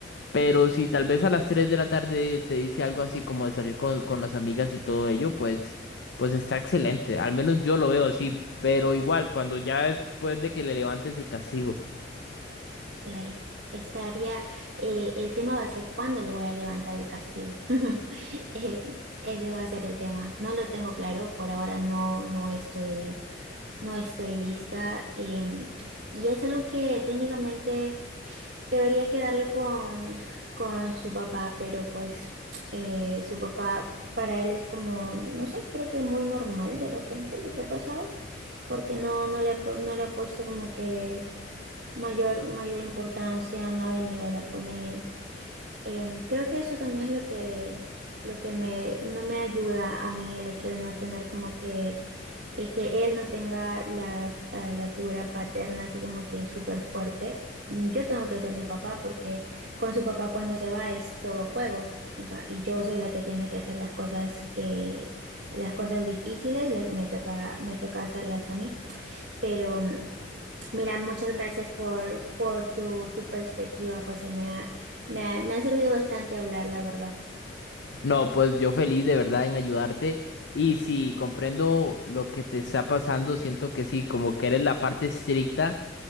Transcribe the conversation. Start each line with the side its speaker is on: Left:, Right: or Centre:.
Left: pero si tal vez a las 3 de la tarde te dice algo así como de salir con, con las amigas y todo ello, pues, pues está excelente. Al menos yo lo veo así, pero igual, cuando ya después de que le levantes el castigo.
Right: Claro, estaría, eh, el tema va a ser cuándo le voy a levantar el castigo. <laughs> Eh, ese va a ser el tema. No lo tengo claro, por ahora no, no estoy, no estoy lista. em, y es algo que técnicamente debería quedarlo con, con su papá, pero pues eh, su papá para él es como, no sé, creo que muy normal de repente lo que ha pasado, porque no, no le ha, pu- no le ha puesto como que mayor, mayor importancia, no ha venido a hablar con él. Em, creo que eso también es lo que, lo que me, no me ayuda a mí, el hecho de no tener como que, eh, que él no tenga la, eh, la figura paterna así como que súper fuerte. Yo tengo que ser su papá porque con su papá cuando se va es todo juego en ca- y yo soy la que tiene que hacer las cosas, eh, las cosas difíciles, las, me toca, me toca hacerlas a mí, pero... Mira, muchas gracias por, por tu, tu perspectiva, José. Me ha, me ha, me ha servido bastante hablar, la verdad.
Left: No, pues yo feliz de verdad en ayudarte y si comprendo lo que te está pasando, siento que sí, como que eres la parte estricta